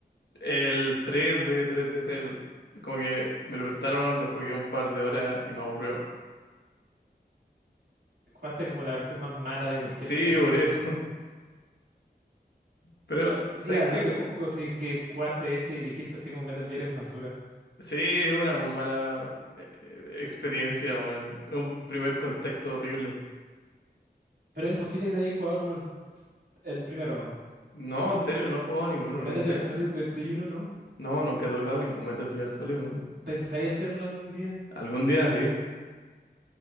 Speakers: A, on the left; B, on the right.
A: El 3 de 3DS, el- como que me lo prestaron, lo jugué un par de horas y me aburrió.
B: Jugaste como la versión más mala de cualquier
A: Sí,
B: Metal Gear.
A: por eso. <laughs> Pero,
B: Mira,
A: ¿sabes qué?
B: no te juzgo si es que jugaste ese y dijiste así como Metal Gear es basura.
A: Sí, una muy mala eh, eh, experiencia, weón. Es Un primer contacto horrible.
B: Pero es imposible que no haya jugado como el, el primero.
A: No, en serio, no he jugado ninguno,
B: Metal
A: nunca.
B: Gear Solid de Play uno, ¿no?
A: No, nunca he tocado ningún Metal Gear Solid, weón.
B: ¿Pensáis hacerlo algún día?
A: Algún día sí,